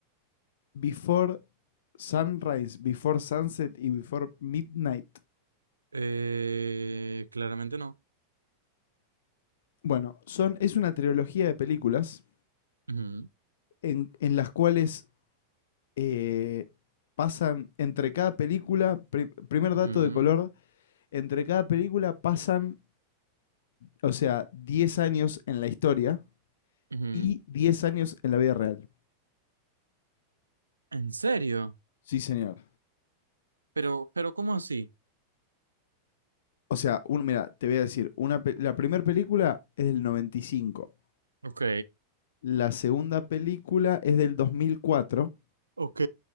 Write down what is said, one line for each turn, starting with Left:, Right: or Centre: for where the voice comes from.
Left: Before Sunrise, Before Sunset y Before Midnight?
Right: Eh, claramente no.
Left: Bueno, son, es una trilogía de películas
Right: Ujú,
Left: en, en las cuales eh, pasan entre cada película, pri- primer dato
Right: ujú,
Left: de color, entre cada película pasan, o sea, 10 años en la historia
Right: ujú.
Left: y diez años en la vida real.
Right: ¿En serio?
Left: Sí, señor.
Right: Pero, pero ¿cómo así?
Left: O sea, un, mira, te voy a decir, una, pe- la primera película es del noventa y cinco
Right: Ok,
Left: la segunda película es del 2004
Right: ok,